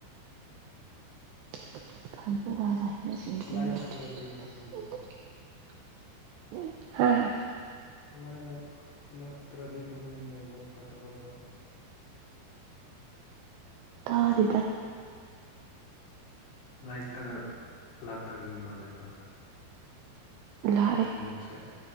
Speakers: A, on the right; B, on the left.
A: <unintelligible>
B: ꯂꯥꯏꯟ ꯂꯥꯛꯇꯕꯒꯤꯔ ꯈꯪꯗꯦꯅꯦ
A: ꯍꯥ꯫
B: ꯂꯥꯏꯂꯥꯛ ꯂꯛꯇ꯭ꯔꯗꯤ ꯑꯗꯨꯝ ꯅꯦꯠꯋꯥꯛ ꯐꯠꯇꯕꯀꯣ꯫
A: ꯇꯥꯗꯦꯗ
B: ꯍꯨꯝ꯫ ꯂꯥꯏ ꯇꯒ ꯂꯥꯛꯇꯕꯒꯤ ꯃꯥꯜꯂꯦꯕ
A: ꯂꯥꯛꯑꯦ
B: ꯅꯦꯠꯋ꯭ꯔꯛꯁꯦ